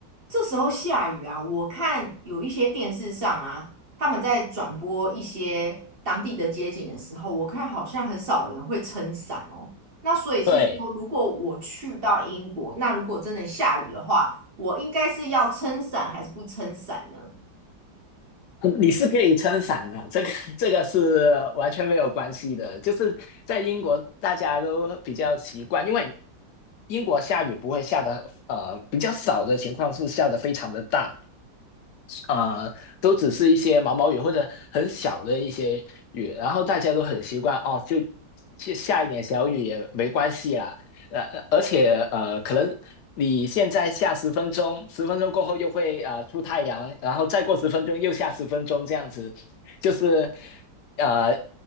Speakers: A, on the right; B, on the left.
A: 这时候下雨啊，我看有一些电视上啊，他们在转播一些当地的街景的时候，我看好像很少人会撑伞哦。那所以是说，
B: 对
A: 如果我去到英国，那如果真的下雨的话，我应该是要撑伞还是不撑伞呢？
B: 嗯你是可以撑伞的，这个这个是完全没有关系的。就是在英国，大家都比较习惯，因为英国下雨不会下的，呃，比较少的情况是下的非常的大，呃，都只是一些毛毛雨或者很小的一些雨，然后大家都很习惯哦，就就下一点小雨也没关系啦。呃，呃而且呃，可能你现在下十分钟，十分钟过后又会啊呃出太阳，然后再过十分钟又下十分钟，这样子，就是呃，